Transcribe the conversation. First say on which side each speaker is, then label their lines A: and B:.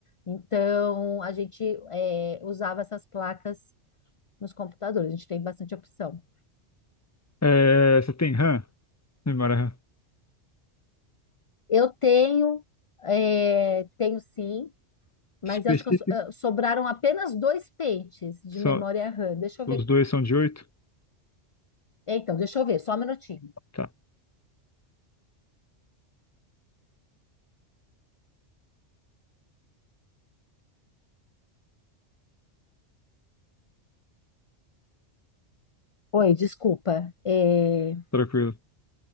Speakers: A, on the left (about 40°); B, on the left (about 15°).
A: Então a gente é, usava essas placas nos computadores. A gente tem bastante opção.
B: É, você tem RAM? Memória RAM.
A: Eu tenho, é, tenho sim, mas
B: Específico.
A: eu acho que eu so- eh, sobraram apenas dois pentes de
B: Só,
A: memória RAM. Deixa eu
B: os
A: ver
B: dois são de oito?
A: É, Então, deixa eu ver, só um minutinho.
B: Tá,
A: Oi, desculpa. É,
B: tranquilo.